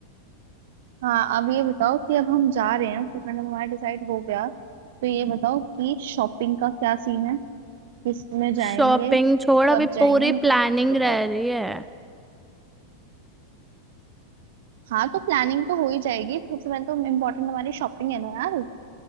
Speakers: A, on the right (about 55°); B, in the centre.
A: हाँ अब ये बताओ कि अब हम जा रहे हैं उत्तराखंड अब हमारा डिसाइड हो गया तो ये बताओ कि शॉपिंग का क्या सीन है किस में जाएंगे
B: शॉपिंग छोड़ अभी
A: कब जाएंगे
B: पूरी
A: मेरे
B: प्लानिंग
A: को सब कुछ बताओ
B: रह रही है
A: हाँ तो प्लानिंग तो हो ही जाएगी सबसे पहले तो इम्पोर्टेंट हमारी शॉपिंग है ना यार